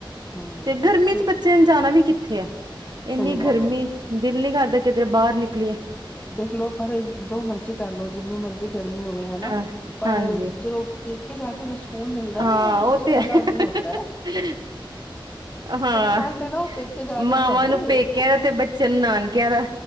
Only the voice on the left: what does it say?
ਹਮ
ਤ
ਸਹੀ ਗੱਲ
ਹੈਗੀ
ਦੇਖਲੋ ਪਰ ਜੋ ਮਰਜ਼ੀ ਕਰ ਲਓ ਜਿੰਨੀ ਮਰਜ਼ੀ ਗਰਮੀ ਹੋਵੇ ਹਨਾ
ਪਰ
ਜਦੋਂ ਪੇਕੇ ਜਾ ਕੇ ਜੋ ਸਕੂਨ ਮਿਲਦਾ
ਨਾ
ਕੁਛ
ਅਲੱਗ
ਹੀ ਹੁੰਦਾ
ਠੰਡ ਨਾ ਉਹ ਪੇਕੇ ਜਾ
ਕੇ ਪੈਂਦੀ
ਏ।